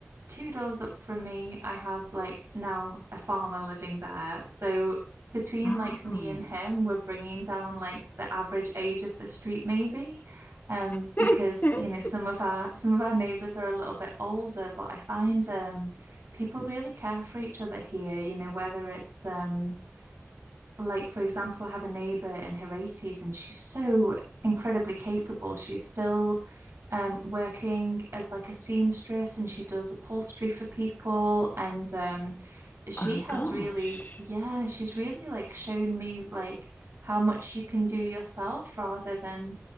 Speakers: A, on the right (about 85°); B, on the left (about 40°).
A: two doors up from me, I have like now a farmer living there. So between
B: Oh.
A: like me and him, we're bringing down like the average age of the street maybe. Um,
B: <laughs>
A: because you know some of our some of our neighbors are a little bit older, but I find um people really care for each other here, you know, whether it's um Like, for example, I have a neighbor in her 80s and she's so incredibly capable. She's still um, working as like a seamstress and she does upholstery for people. And um, she
B: Oh
A: has
B: gosh,
A: really, yeah, she's really like shown me like how much you can do yourself rather than